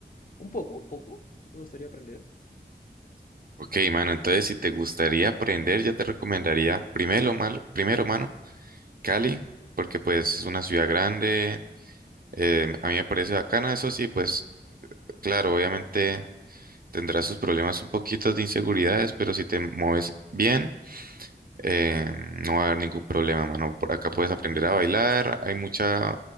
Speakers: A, on the left; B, on the right.
A: Un poco, un poco. Me gustaría aprender.
B: Ok, mano, entonces si te gustaría aprender, yo te recomendaría primero, mal, primero, mano, Cali, porque pues es una ciudad grande, eh, a mí me parece bacana, eso sí, pues claro, obviamente tendrás sus problemas un poquito de inseguridades, pero si te mueves bien, eh, no va a haber ningún problema, mano. Por acá puedes aprender a bailar, hay mucha,